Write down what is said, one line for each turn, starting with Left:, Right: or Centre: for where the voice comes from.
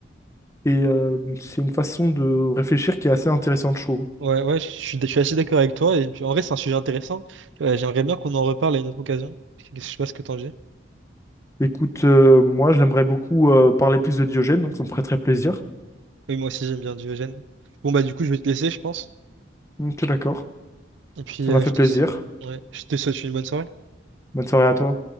Left: et euh, c'est une façon de réfléchir qui est assez intéressante, je trouve.
Right: Ouais, ouais, je suis, je suis assez d'accord avec toi. Et puis, en vrai, c'est un sujet intéressant. Ouais, j'aimerais bien qu'on en reparle à une autre occasion. Je sais pas ce que t'en dis.
Left: Écoute, euh, moi j'aimerais beaucoup euh, parler plus de Diogène, donc ça me ferait très plaisir.
Right: Oui, moi aussi, j'aime bien Diogène. Bon, bah, du coup, je vais te laisser, je pense.
Left: Donc, d'accord.
Right: Et puis,
Left: Ça
Right: euh,
Left: m'a fait
Right: je te...
Left: plaisir.
Right: s- ouais, je te souhaite une bonne soirée.
Left: Bonne soirée à toi.